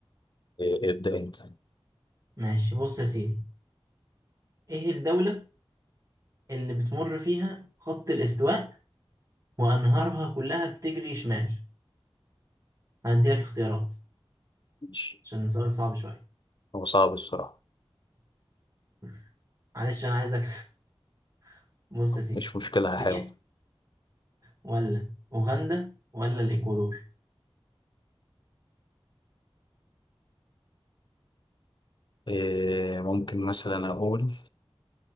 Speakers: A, on the left (about 50°); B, on the right (about 35°).
A: إيه، ابدا انت
B: ماشي بص يا سيدي إيه الدولة اللي بتمر فيها خط الاستواء وأنهارها كلها بتجري شمال؟ هديلك اختيارات
A: ماشي
B: عشان سؤال صعب شوية
A: هو صعب الصراحه
B: <laughs> معلش انا عايزك <laughs> بص يا سيدي
A: مش مشكله
B: كينيا
A: هحاول
B: ولا اوغندا ولا الاكوادور
A: إيه، ممكن مثلا اقول